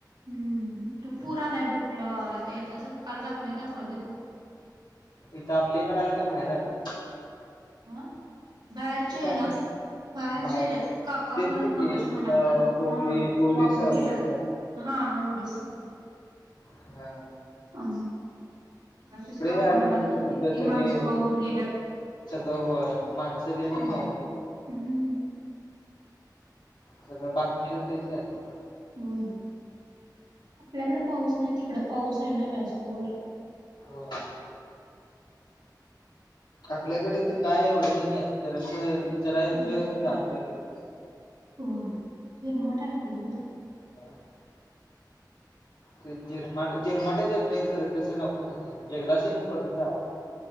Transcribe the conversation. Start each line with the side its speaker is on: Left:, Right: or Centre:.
Right: हम्म तो पूर आलाय ब कुठल्या गावाला ते आता सकाल बातम्या दाखवाल तिथं
Left: इथं आपल्या हिकडं आलाय काय बाहेर आलाय?
Right: अ बाहेरच्या ह्याला
Left: आलं
Right: बाहेरच्या
Left: बाहेर
Right: हेच्यात काका
Left: तेच
Right: पण आ
Left: किती
Right: मगाशी
Left: अं
Right: म्हणालत बघं
Left: ओरि ओडिसा
Right: वाहून
Left: ओडिसा
Right: गेल्यात हा ओडिसा.
Left: हं हं.
Right: अ आशीष काका
Left: आले
Right: म्हणालत
Left: माहिती तिथं
Right: किती
Left: सगळे
Right: माणसं वाहून गेल्यात.
Left: सगळं होय, माणसं लय जण
Right: हम्म
Left: वाहून गेल्यात. सगळं बातमीला तेच यालयं.
Right: हम्म, आपल्याकडं पाऊस नाही तिकडं पाऊस आहे ना जास्त वर.
Left: हो आपल्याकडे इथं काय एवढं हे नाय जरासं जरा येतोय
Right: झिरमट
Left: जातोय
Right: आहे
Left: लगेच.
Right: होय झिरमाट आहे आपल्याकडं.
Left: <inaudible> ते जिरमाट झिरमाटचं येतोय खरं तसं नको सा एकदाच येउन पडून जावाव.